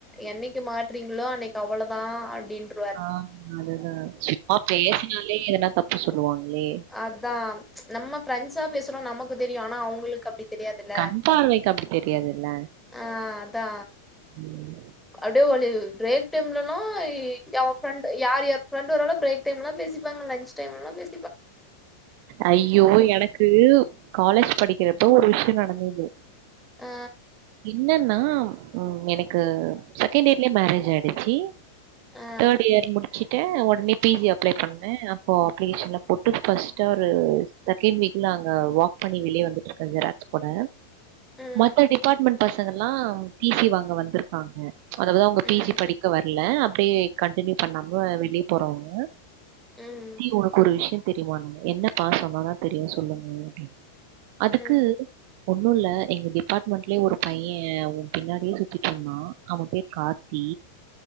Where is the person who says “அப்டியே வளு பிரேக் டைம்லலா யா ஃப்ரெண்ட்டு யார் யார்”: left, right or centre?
Centre